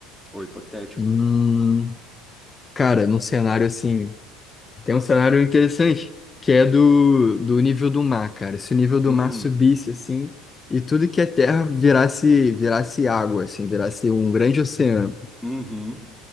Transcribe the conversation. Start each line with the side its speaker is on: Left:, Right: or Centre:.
Centre: Ou hipotético?
Left: Hum, cara, num cenário assim, tem um cenário interessante, que é do, do nível do mar, cara. Se o nível do
Centre: Hum,
Left: mar subisse assim, e tudo que é terra virasse, virasse água, assim, virasse um grande oceano.
Centre: uhum.